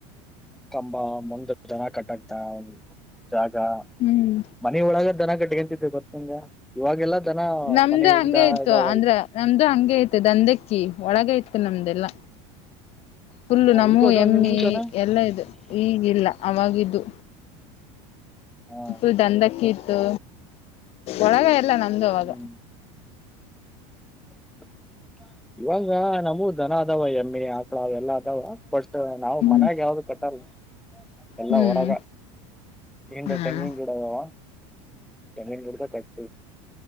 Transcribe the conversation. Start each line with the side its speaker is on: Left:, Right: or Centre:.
Centre: ಕಂಬ ಮುಂದಕ್ ದನ ಕಟ್ಟಾಕ್ತಾ ಜಾಗ
Left: ಹ್ಮ್
Centre: ಮನೆ ಒಳಗ ದನ ಕಟ್ಕ್ಯಾಂತಿದ್ವಿ ಗೊತ್ತಕಂಗ ಇವಾಗೆಲ್ಲಾ ದನ
Left: ನಮ್ದು
Centre: ಮನೆಯಿಂದ
Left: ಹಂಗೆ ಇತ್ತು
Centre: ಎಲ್ಲ ಹೊಲ್ದು
Left: ಅಂದ್ರ ನಮ್ದು ಹಂಗೆ ಐತೆ ದಂಧಕ್ಕಿ ಒಳಗೈತ್ ತ್ತ ನಮ್ದೆಲ್ಲ ಫುಲ್ಲು
Centre: ಹ
Left: ನಮ್ಮೂವು
Centre: ಈಗ ಅದಾವ
Left: ಎಮ್ಮಿ
Centre: ನಿಮ್ದು ದನ
Left: ಎಲ್ಲ ಇದ್ವು ಈಗಿಲ್ಲ ಆವಾಗಿದ್ದು
Centre: ಹಾ
Left: ಫುಲ್ ದಂದಕ್ಕಿ ಇತ್ತು ಒಳಗ ಎಲ್ಲ ನಾ ಹಂಗವಾಗ
Centre: ಹ್ಮ್ <inaudible> ಇವಾಗ ನಮ್ಮುವು ದನ ಅದಾವ ಎಮ್ಮೆ ಆಕಳ ಅವೆಲ್ಲ ಅದಾವ ಪಡ್ಸ್ ನಾವು
Left: ಹ್ಮ್
Centre: ಮನ್ಯಾಗ ಯಾವ್ದು ಕಟ್ಟಲ್ಲ ಎಲ್ಲ
Left: ಹ್ಮ್
Centre: ಹೊರಗ ಎಂಟ್
Left: ಹ್ಮ್
Centre: ತೆಂಗನ್ ಗಿಡ ಅದಾವ ತೆಂಗಿನ ಗಿಡ್ದಾಗ್ ಕಟ್ಟ್ <unintelligible>